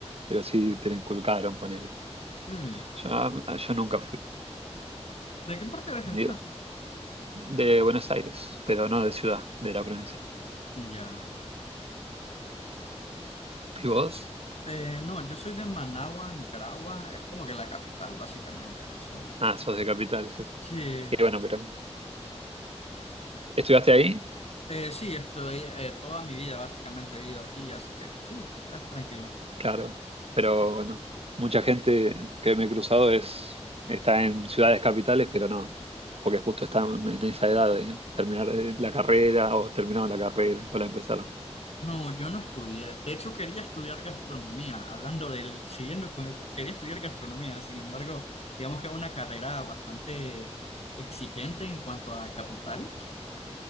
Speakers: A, on the right (about 60°); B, on the left (about 65°).
A: pero sí te lo inculcaron, ponele.
B: Hmm,
A: Yo, yo nunca fui.
B: ¿De qué parte de Argentina
A: Digo,
B: sos?
A: De Buenos Aires, pero no de ciudad, de la provincia.
B: Ya.
A: ¿Y vos?
B: Eh, no, yo soy de Managua, Nicaragua. Es como que la capital, básicamente. So,
A: Ah, sos de capital, sí.
B: sí.
A: Y bueno, pero ¿estudiaste ahí?
B: Eh, sí, estoy eh, toda mi vida básicamente he vivido aquí, así que sí, es tranquilo.
A: Claro, pero bueno, mucha gente que me he cruzado es, está en ciudades capitales, pero no, porque justo están en esa edad de terminar eh, la carrera o terminaron la carrera o la empezaron.
B: No, yo no estudié. De hecho, quería estudiar gastronomía, hablando del, siguiendo con el, quería estudiar gastronomía, sin embargo, digamos que es una carrera bastante exigente en cuanto a capital. O